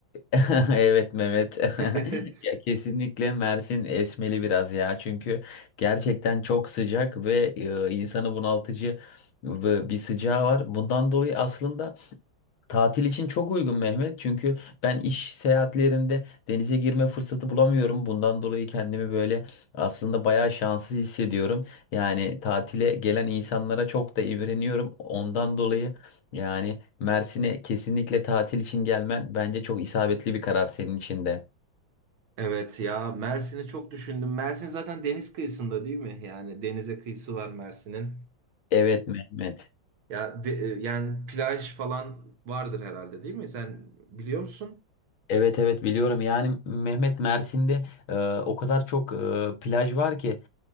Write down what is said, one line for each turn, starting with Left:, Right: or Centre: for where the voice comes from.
Left: <laughs> Evet Mehmet.
Right: <laughs>
Left: <laughs> Ya kesinlikle Mersin esmeli biraz ya. Çünkü gerçekten çok sıcak ve e, insanı bunaltıcı ve bir sıcağı var. Bundan dolayı aslında Tatil için çok uygun Mehmet. Çünkü ben iş seyahatlerimde denize girme fırsatı bulamıyorum. Bundan dolayı kendimi böyle aslında bayağı şanssız hissediyorum. Yani tatile gelen insanlara çok da imreniyorum. Ondan dolayı yani Mersin'e kesinlikle tatil için gelmen bence çok isabetli bir karar senin için de.
Right: Evet ya Mersin'i çok düşündüm. Mersin zaten deniz kıyısında değil mi? Yani denize kıyısı var Mersin'in.
Left: Evet Mehmet.
Right: Ya de- e, yani plaj falan vardır herhalde değil mi? Sen biliyor musun?
Left: Evet evet biliyorum. Yani Mehmet Mersin'de e, o kadar çok e, plaj var ki